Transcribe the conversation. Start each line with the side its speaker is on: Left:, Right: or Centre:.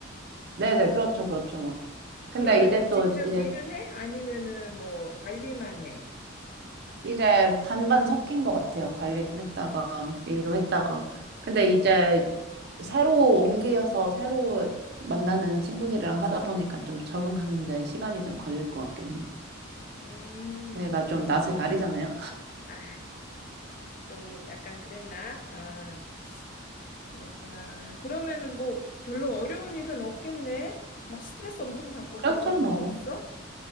Right: 네네, 그렇죠, 그렇죠 뭐. 근데
Left: 그러면은
Right: 이제 또
Left: 직접
Right: 이제
Left: 일을 해? 아니면은 뭐 관리만 해?
Right: 이제 반반 섞인 것 같아요. 관리도 했다가 일도 했다가. 근데
Left: 1년.
Right: 이제 새로 옮겨서 새로 만나는 친구들이랑 하다 보니까 좀 적응하는데 시간이 좀 걸릴 것 같긴 해요.
Left: 음,
Right: 제가 좀 낯을 가리잖아요.
Left: 아, 좀 약간 그랬나? 아, 그렇구나. 그러면은 뭐 별로 어려운 일은 없겠네? 막 스트레스 엄청 받고
Right: 그렇죠,
Left: 그런
Right: 뭐.
Left: 거 없어?